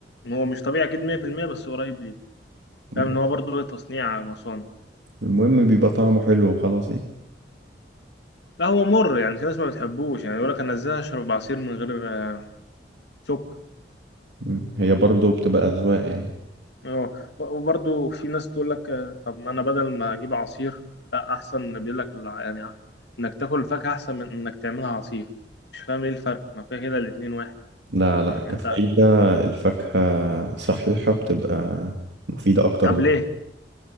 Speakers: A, on the left; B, on the right.
A: إن هو مش طبيعي اكيد 100% بس قريب ليه
B: بس
A: فاهم ان هو برضه تصنيع مصانع
B: المهم بيبقى طعمه حلو وخلاص يعني
A: لا هو مر يعني في ناس ما بتحبوش يعني يقول لك انا ازاي اشرب عصير من غير آه، سكر
B: مم. هي برضه بتبقى أذواق يعني
A: اه وبرضه في ناس تقول لك آه، طب ما انا بدل ما اجيب عصير لا احسن بيقول لك الع- يعني آه، انك تاكل الفاكهه احسن من انك تعملها عصير مش فاهم ايه الفرق ما كده كده الاتنين واحد
B: لا لا كفايدة
A: يعني انت
B: الفاكهة صحيحة بتبقى مفيدة أكتر
A: طب ليه